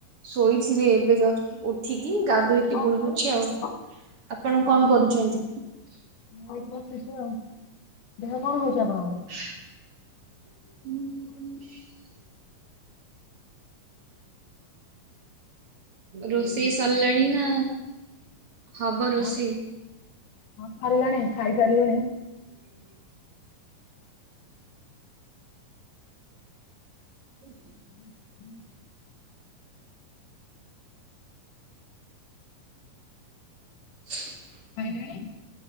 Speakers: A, on the right; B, on the left.
A: ଶୋଇଥିଲି ଏବେ ଜଷ୍ଟ ଉ ଏଠିକି ଗାଧୋଇକି
B: ହଁ
A: ବୁଲୁଛି
B: କଣ କରୁଛ?
A: ଆଉ। ଆପଣ କଣ କରୁଛନ୍ତି?
B: ମୁଁ ଏଇଠି ବସିଛି ଆଉ। ଦେହ କଣ ହଉଛି ଆପଣଙ୍କର?
A: ହୁଁ ରୋଷେଇ ସରିଲାଣି ନା ହବ ରୋଷେଇ?
B: ହଁ ହଁ ସରିଲାଣି। ଖାଇସାରିଲୁଣି।
A: ହୁଁ ହୁଁ
B: ହୁଁ ହୁଁ <inaudible>
A: <inaudible>
B: ଖାଇଲେଣି?